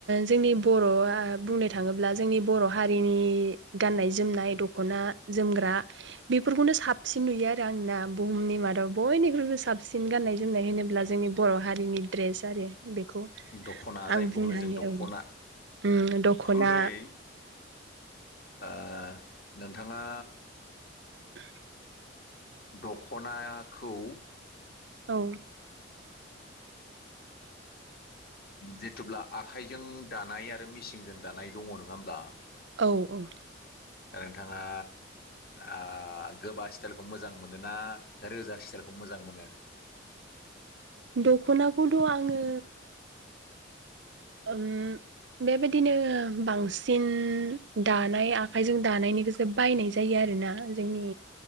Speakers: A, on the right; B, on the left.
A: जोंनि बर'आ बुंनो थाङोब्ला जोंनि बर' हारिनि गान्नाय जोम नाय दख'ना जोमग्रा बेफोरखौनो साबसिन नुयो आरो आंना बुहुमनि मादाव बयनि <unintelligible> साबसिन गाननाय जोमनाय होनोब्ला जोंनि बर' हारिनि ड्रेस आरो बेखौ
B: दख'ना
A: आं
B: जायखौ
A: बुंनो
B: होनो
A: हायो
B: जों दख'ना
A: औ उम दख'ना
B: ओमफ्राय ओ नोंथाङा
A: <inaudible>
B: दख'नायाखौ
A: औ
B: जिथब्ला आखाइजों दानाय आरो मेसिनजों दानाय दङ नङा होमब्ला
A: औ औ
B: दा नोंथाङा ओ गोबा स्टाइलखौ मोजां मोनो ना रोजा स्टाइलखौ मोजां मोनो
A: दख'नाखौथ' आङो ओम बेबायदिनो बांसिन दानाय आखाइजों दानायनिखौसो बायनाय जायो आरो आरोना जोंनि